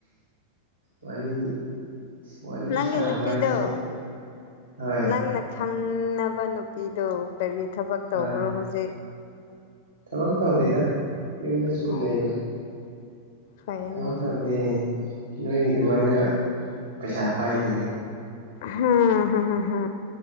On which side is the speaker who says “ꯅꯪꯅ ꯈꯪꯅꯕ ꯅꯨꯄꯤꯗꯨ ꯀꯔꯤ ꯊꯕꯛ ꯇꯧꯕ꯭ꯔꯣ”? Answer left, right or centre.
Left